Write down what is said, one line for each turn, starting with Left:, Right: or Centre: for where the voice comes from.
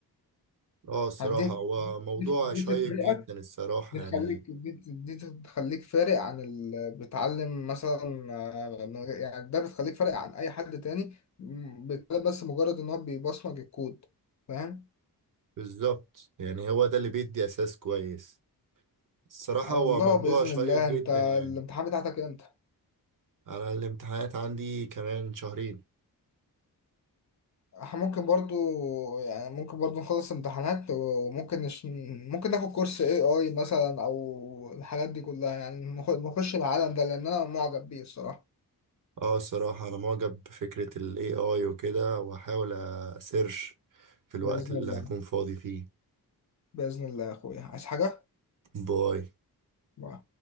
Right: اه الصراحة
Left: دي
Right: هو موضوع
Left: دي, دي
Right: شيق
Left: تفرقك
Right: جدا الصراحة
Left: دي تخليك
Right: يعني
Left: دي دي تخليك فارق عن اللي بيتعلم مثلا آه، إنه- يعني ده بتخليك فارق عن اي حد تاني م، بيتعلم بس مجرد ان هو بيبصمج الكود فاهم
Right: بالظبط يعني هو ده اللي بيدي أساس كويس الصراحة
Left: على
Right: هو
Left: الله
Right: موضوع
Left: باذن
Right: شيق
Left: الله
Right: جدا
Left: انت الامتحان
Right: يعني
Left: بتاعتك امتى
Right: أنا الامتحانات عندي كمان شهرين
Left: احنا ممكن برضو يعني ممكن برضو نخلص امتحانات و- وممكن نش... ممكن ناخد كورس اي اي مثلا او الحاجات دي كلها يعني نخ- نخش العالم ده لان انا معجب بيه الصراحة
Right: اه الصراحة أنا معجب بفكرة ال AI وكده وهحاول أسيرش في الوقت
Left: باذن
Right: اللي
Left: الله
Right: هكون فاضي فيه
Left: باذن الله يا اخويا عايز حاجة
Right: باي
Left: باي.